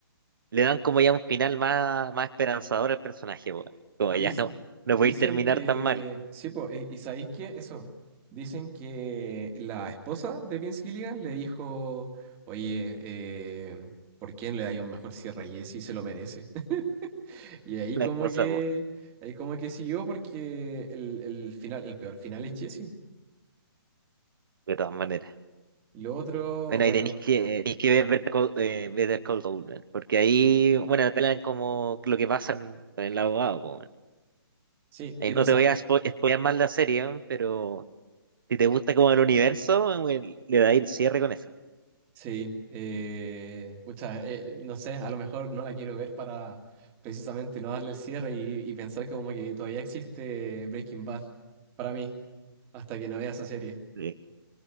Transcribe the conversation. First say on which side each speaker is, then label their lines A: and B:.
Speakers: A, on the right; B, on the right.
A: Le dan como ya un final más, más esperanzador al personaje, weón. Como
B: Dis-
A: ya no, no
B: dicen
A: podéis terminar
B: que.
A: tan mal
B: Sí, po, e- y sabéis que eso. Dicen que la esposa de Vince Gilligan le dijo: Oye, eh, ¿por qué no le dais un mejor cierre a Jesse? Se lo merece. <laughs> Y ahí
A: la
B: como
A: cosa,
B: que.
A: weón,
B: Ahí como que siguió porque el, el final, el peor final es Jesse.
A: de todas maneras.
B: Lo otro,
A: Bueno,
B: bueno.
A: ahí tenéis que, tenéis que ver Better Call, eh, Better Call Saul, weón, porque ahí, bueno, te hablan como lo que pasa en, en el abogado, po, weón.
B: Sí,
A: Ahí
B: quiero
A: no
B: saber.
A: te voy a spo- spoilear más la serie, weón, pero si te gusta como el universo, weón, le dais el cierre con esa.
B: Sí, eh, pucha, eh, no sé, a lo mejor no la quiero ver para precisamente no darle el cierre y, y pensar como que todavía existe Breaking Bad para mí, hasta que no vea esa serie.
A: Sí,